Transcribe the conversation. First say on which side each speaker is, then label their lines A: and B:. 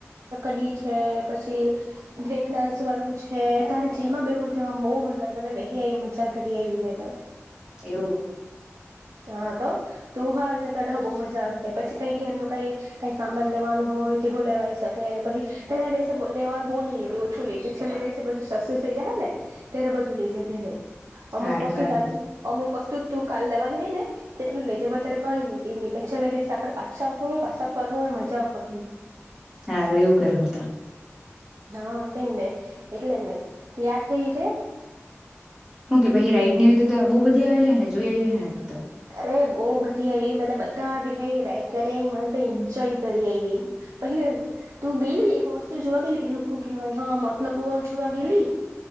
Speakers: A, on the right; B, on the right.
A: ડી છે પછી બેંકડાન્સ વાળું છે તારે જેમાં બે તે બહુ મજા મેતો બેહી આયવી મજા કરી આયવી મેતો
B: એવું
A: <inaudible> હા તો તુ હો આવજે તને બહુ મજા આવે પછી કઈ ઘેર ન કઈ કઈ સામાન લેવાનું હોય. તે હું લેવાઈ શકે પહી પેલા દિવસે લેવાનું બહુ નહી લેતી ઓછું લેતી છેલ્લા દિવસે બધું સસ્તું થઇ જાહે ને ત્યારે બધું લેજે ત્યારે અમુક
B: હારું
A: વસ્તુ
B: હારું
A: અમુક વસ તું તું કાલ લેવાની હૈ ને તેટલું લેજે વધારે કઈને લેતી નહી છેલ્લા દિવસ એ આપડે પાછા હું પાછા કર હું મજા કરહું.
B: હારું એવું કરહું ત.
A: હા તેમ ને એટલે ને તૈયાર થઈ જા.
B: હું તો પહી રાઈડને એ બહુ બધી આવેલી હને જોઈ આવીએ હને તુ ત.
A: અરે બહુ બધી આવી મે બધા બી રાઈડ કરી આવી મ એન્જોય કરી આવી તું ગેલી એક વસ્તુ જોવા ગેલી પેલું શું કેવાય મોતનો કુવા જોવા ગેલી